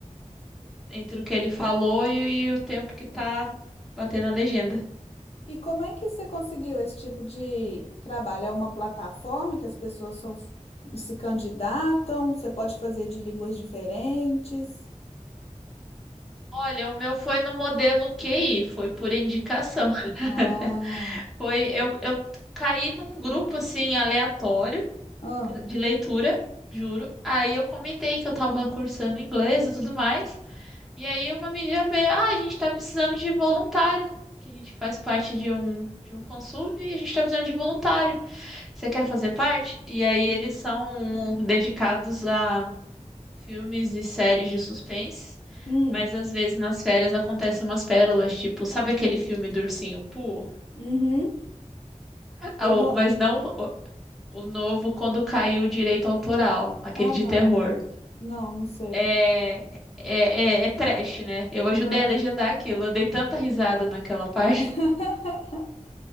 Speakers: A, in the centre; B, on the left.
A: entre o que ele falou e, e o tempo que está batendo a legenda.
B: E como é que você conseguiu esse tipo de trabalho? É uma plataforma que as pessoas são, se candidatam? Você pode fazer de línguas diferentes?
A: Olha, o meu foi no modelo QI, foi por indicação. <laughs>
B: Ah,
A: Foi eu, eu caí num grupo assim aleatório
B: ah,
A: de leitura, juro. Aí eu comentei que eu estava cursando inglês e tudo mais. E aí uma amiga veio, ah, a gente tá precisando de voluntário, que a gente faz parte de um de um fansub e a gente tá precisando de voluntário. Você quer fazer parte? E aí eles são dedicados a filmes e séries de suspense,
B: hum,
A: mas às vezes nas férias acontecem umas pérolas, tipo, sabe aquele filme do Ursinho Pooh?
B: uhum.
A: Ah,
B: O
A: o-
B: no...
A: Mas não o o novo quando caiu o direito autoral, aquele
B: Ah,
A: de
B: não,
A: terror.
B: não, não sei.
A: É, é, é, é trash, né? Eu ajudei
B: Ah.
A: a legendar aquilo, eu dei tanta risada naquela <laughs> parte.
B: <laughs>